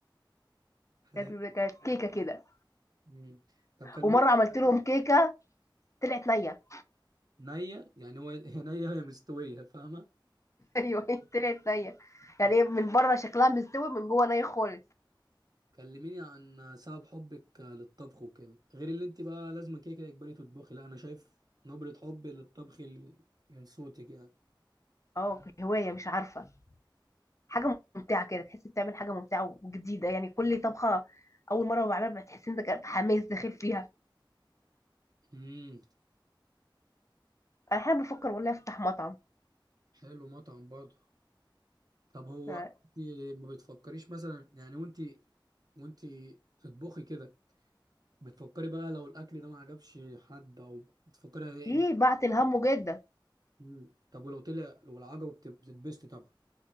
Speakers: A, on the right; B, on the left.
A: حلو
B: كانت كانت كيكه كده
A: مم. طب كلمي
B: ومره عملت لهم كيكه طلعت نيه
A: نية يعني هو هي نية هي مستوية فاهمة
B: <laughs> ايوه طلعت نيه يعني
A: طب
B: ايه من بره شكلها مستوي من جوه ني خالص
A: كلميني عن سبب حبك للطبخ وكده غير اللي انت بقى لازم كده كده اجباري تطبخي لا انا شايف نبرة حب للطبخ ال- من صوتك يعني
B: اه هوايه مش عارفه حاجه ممتعه كده تحس بتعمل حاجه ممتعه وجديده يعني كل طبخه اول مره بعملها بتحس انك حماس داخل فيها
A: امم
B: انا احيانا بفكر والله افتح مطعم
A: حلو مطعم برضه طب هو
B: آه،
A: انت ما بتفكريش مثلا يعني وانت وانت تطبخي كده بتفكري بقى لو الاكل ده ما عجبش حد او بتفكري هيعجب
B: ايه بعت الهم جدا
A: مم. طب ولو طلع لو العجب بتتبسطي طبعا